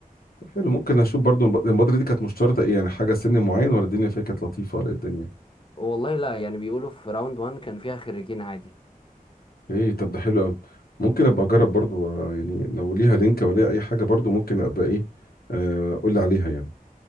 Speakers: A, on the left; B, on the left.
A: طب حلو ممكن اشوف برضو الب- البودره دي كانت مشترطه ايه يعني حاجه سن معين ولا الدنيا فيها كانت لطيفه ولا إيه الدنيا
B: والله لا يعني بيقولوا في راوند 1 كان فيها خريجين عادي
A: ايه طب ده حلو قوي ممكن ابقى اجرب برضو آه، يعني لو ليها لينك ولا ليها اي حاجه برضو ممكن ابقى ايه آه، قول لي عليها يعني